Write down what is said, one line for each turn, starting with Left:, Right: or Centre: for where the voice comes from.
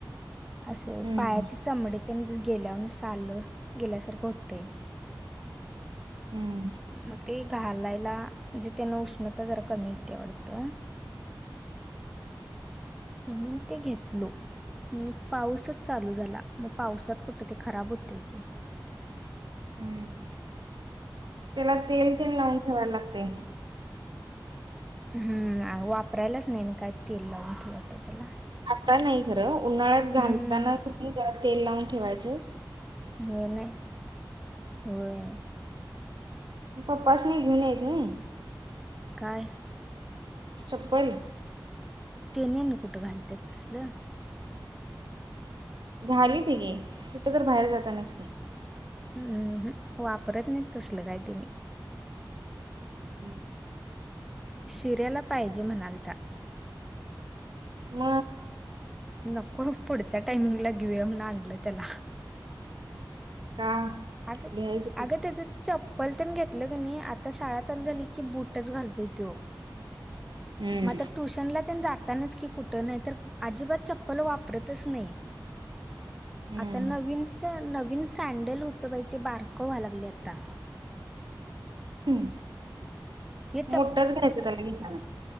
Centre: असं
Right: हम्म
Centre: पायाची चमडी तेन गेल्यावाणी साललं, गेल्यासारखं होतं.
Right: हम्.
Centre: म ते घालायला जेथेना उष्णता जरा कमी येत्या वाढत. म्हणून ते घेतलो. आणि पाऊसच चालू झाला म पावसात कुठं ते खराब होते की.
Right: हम्म, त्याला तेल तेन लावून ठेवायला लागतय.
Centre: हम्म आवो वापरलाच नई काय तेल लाऊन ठेव आता त्याला.
Right: आता नाही खरं उन्हाळ्यात घालताना
Centre: हम्म
Right: कनी जरा तेल लावून ठेवायच.
Centre: होय नाही, होय.
Right: पप्पास नी घेऊन याच नाही.
Centre: काय.
Right: चप्पल.
Centre: तेनी आणि कुठं घालत्यात तसलं.
Right: झाली ती गी, कुठं तर बाहेर जातानाच की.
Centre: <unintelligible> हम्म, वापरत नाही तसल काही तेनि.
Right: हम्.
Centre: शिरयाला पाहिजे म्हणालता.
Right: म.
Centre: नको पुढच्या टाइमिंगला घेऊया म्हनून आणलं त्याला.
Right: का?
Centre: अग,
Right: घ्यायच
Centre: अग तेज चप्पल तेन घेतलं का नाही आता शाळा चालू झाली की बूटच घालतोय तो.
Right: हम्म
Centre: म आता ट्युशनला तेन जातानाच कि कुठं नाही तर अजिबात चप्पल वापरतच नाही.
Right: हम्म
Centre: आता नवीन सॅं नवीन सँडल होतं बई ते बारकं व्हाय लागलय आता.
Right: हम्,
Centre: हे
Right: मोठच घ्यायचं त्याला घेताना.